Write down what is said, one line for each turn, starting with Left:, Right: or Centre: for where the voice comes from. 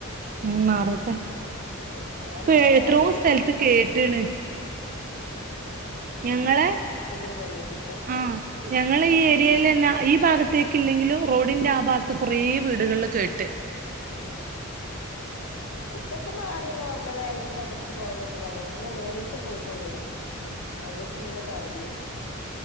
Right: ഉം മാറട്ടെ
Left: ഉം മാറിപ്പ
Right: ഇപ്പ എത്രോ
Left: റ
Right: സ്ഥലത്ത് കേട്ട്ണ് ഞങ്ങളെ
Left: ഈ മഞ്ഞപ്പിത്തം
Right: ആഹ് ഞങ്ങള ഈ ഏരിയെല് ന്നാ ഈ ഭാഗത്തേക്കില്ലെങ്കിലും റോഡിന്റെ ആഭാഗത്ത് കുറേ വീടുകളിലു കേട്ട്
Left: ഉ ഇപ്പൊക്കെ മാറി നോർമലായി. മദ്രസ പോയാലൊടുത്തി. മദ്രസ മൂന്നോസം പോയിട്ടുള്ളനി അതിന്റെശിപിന്ന തൊടങ്ങി